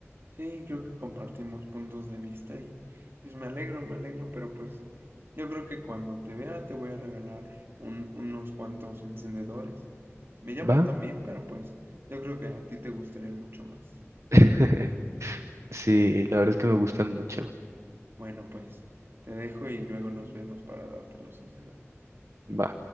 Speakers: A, on the right; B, on the right.
A: Sí, creo que compartimos puntos de vista y pues me alegro, me alegro, pero pues yo creo que cuando te vea te voy a regalar un- unos cuantos encendedores. Me llaman
B: ¿Va?
A: también, pero pues yo creo que a ti te gustarían mucho más.
B: <laughs> Sí, la verdad es que me gustan mucho.
A: Bueno, pues te dejo y luego nos vemos para darte los, ensena-
B: Va.